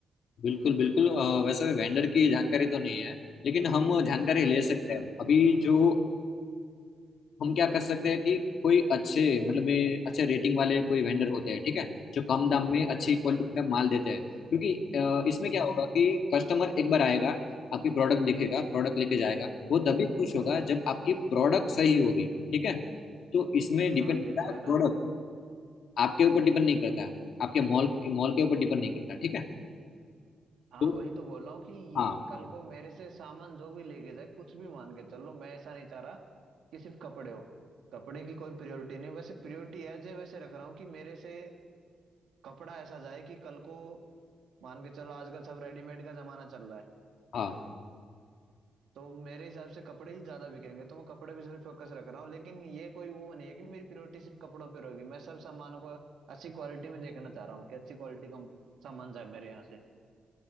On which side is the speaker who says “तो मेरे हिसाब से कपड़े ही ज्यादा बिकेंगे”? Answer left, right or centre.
Right